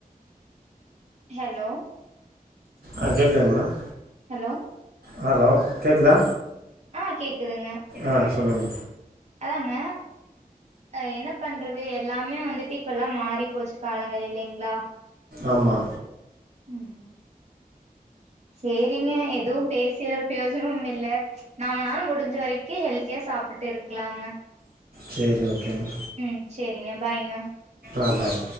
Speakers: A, on the right (about 45°); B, on the right (about 75°).
A: ஹலோ
B: ஆ கேக்குதா மேடம்
A: ஹலோ
B: ஹலோ கேக்குதா
A: ஆ கேக்குதுங்க
B: ஆ சொல்லுங்க
A: அதாங்க அ என்ன பண்றது எல்லாமே வந்து இப்ப எல்லாம் மாறிப் போச்சு காலங்கள் இல்லேங்ளா
B: ஆமா
A: ம் சேரிங்க எதுவும் பேசி ஒரு பிரயோஜனும் இல்ல நம்மளால முடிஞ்ச வரக்கும் ஹெல் த்தியா சாப்பிட்டே இருக்கலாங்க
B: சேரி ஓகே மா
A: ம் சேரிங்க பாய்ங்க
B: ஆ பாய்